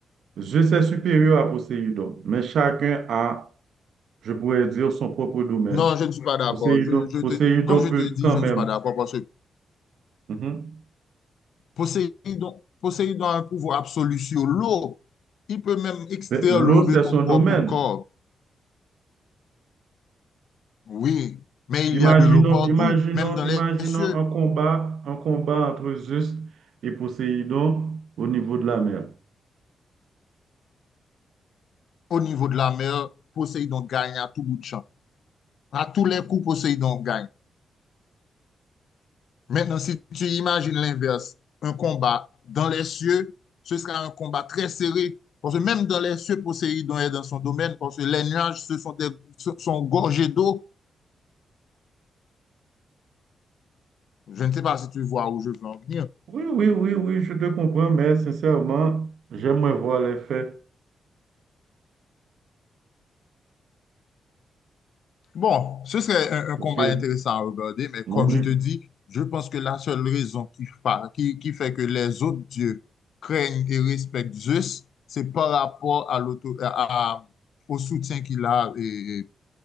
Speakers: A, on the right (about 75°); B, on the left (about 70°).
A: je suis supérieur à Poséidon, mais chacun a, je pourrais dire, son propre domaine.
B: Non, je ne suis pas d'accord.
A: Poséidon,
B: Je, je te,
A: Poséidon
B: comme je
A: peut
B: te dis,
A: quand
B: je ne
A: même.
B: suis pas d'accord parce que
A: Mhm.
B: Poséidon, Poséidon a un pouvoir absolu sur l'eau. Il peut même extraire
A: Mais l'eau,
B: l'eau
A: c'est
B: de ton
A: son
B: propre
A: domaine.
B: corps. Oui, mais il
A: Imaginons,
B: y a de l'eau partout,
A: imaginons,
B: même dans
A: imaginons
B: les cieux.
A: un combat, un combat entre Zeus et Poséidon au niveau de la mer.
B: au niveau de la mer, Poséidon gagne à tout bout de champ. À tous les coups, Poséidon gagne. Maintenant, si tu imagines l'inverse, un combat dans les cieux, ce sera un combat très serré. Parce que même dans les cieux, Poséidon est dans son domaine, parce que les nuages ce sont, des, ce sont gorgés d'eau. Je ne sais pas si tu vois où je veux en venir.
A: Oui, oui, oui, oui, je te comprends, mais sincèrement, j'aimerais voir les faits.
B: Bon, ce serait un, un
A: Parce
B: combat
A: que,
B: intéressant à regarder, mais comme
A: n'oublie,
B: je te dis, je pense que la seule raison qui, fa- qui, qui fait que les autres dieux craignent et respectent Zeus, c'est par rapport à l'auto- à- à- au soutien qu'il a, et-